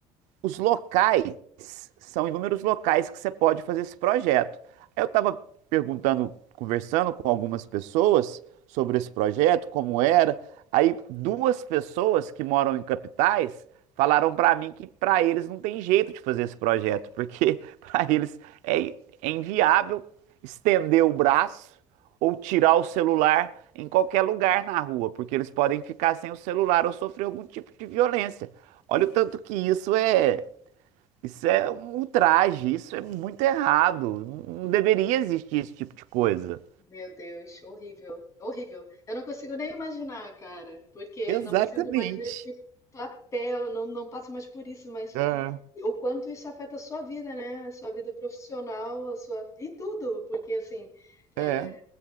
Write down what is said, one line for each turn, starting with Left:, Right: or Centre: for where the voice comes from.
Right: os locais, são inúmeros locais que você pode fazer esse projeto. Aí eu estava perguntando, conversando com algumas pessoas sobre esse projeto, como era. Aí duas pessoas que moram em capitais falaram para mim que para eles não tem jeito de fazer esse projeto, porque <laughs> para eles é, é inviável estender o braço ou tirar o celular em qualquer lugar na rua, porque eles podem ficar sem o celular ou sofrer algum tipo de violência. Olha o tanto que isso é, isso é um ultraje, isso é muito errado. Não deveria existir esse tipo de coisa.
Left: Meu Deus, horrível, horrível. Eu não consigo nem imaginar, cara, porque
Right: Exatamente.
Left: não me sinto mais nesse papel, não, não passo mais por isso, mas
Right: É,
Left: E o quanto isso afeta a sua vida, né? A sua vida profissional, a sua... e tudo, porque assim, é,
Right: é.